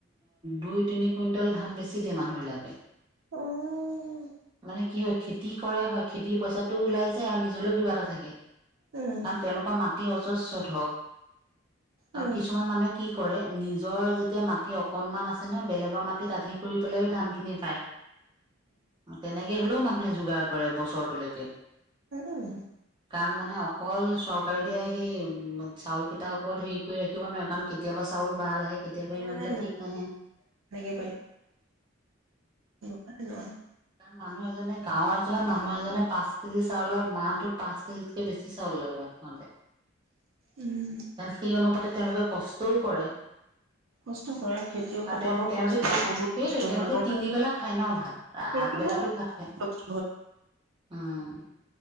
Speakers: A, on the right; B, on the right.
A: দুই তিনি কুইণ্টল ধান বেছি দিয়ে মানুহ বিলাকে
B: উম
A: মানে কি হয় খেতি কৰে হয়, খেতিৰ পইচাটো ওলাই যায় আৰু নিজলৈও কিবা এটা থাকে।
B: উম
A: কাৰণ তেওঁলোকৰ মাত অতি অজস্ব ধক
B: উম
A: আৰু কিছুমান মানুহে কি কৰে নিজৰ যেতিয়া মাটি অকনমান আছে ন বেলেগৰ মাটিত আধি কৰি পেলাইও ধান খিনি পায়। তেনেকে হ'লেও মানুহে যোগাৰ কৰে বছৰটোলৈকে।
B: উম।
A: কাৰণ মানে অকল চৰকাৰে দিয়া সেই চাউলকেইটাৰ ওপৰত হেৰি কৰি ৰাখিব নোৱাৰে কাৰণ কেতিয়াবা চাউল ভাল আহে, কেতিয়াবা
B: নাই
A: ইমান
B: নাই
A: এটা ঠিক নাহে।
B: কেনেকে হয় ন,
A: মানুহ এজনে গাঁৱৰ এজেগাত মানুহ এজনে পাঁচ কেজি চাউলৰ মাহটোত পাঁচ কেজিতকে বেছি চাউল লাগে, ভাত খাওতে।
B: উম
A: মানখিনি অনুপাতে তেওঁলোকে কষ্টও কৰে
B: কষ্ট কৰে খেতিয়কসকলৰ
A: আৰু তেওঁ তেওঁলোকে
B: কষ্ট বহুত
A: সেইটোৱে
B: কষ্ট
A: তেওঁলোকে
B: হয় গম
A: তিনিবেলা খায় ন ভাত
B: খেতিয়কসকলৰ
A: আগবেলাতো ভাত খায়,
B: কষ্ট
A: উম উম।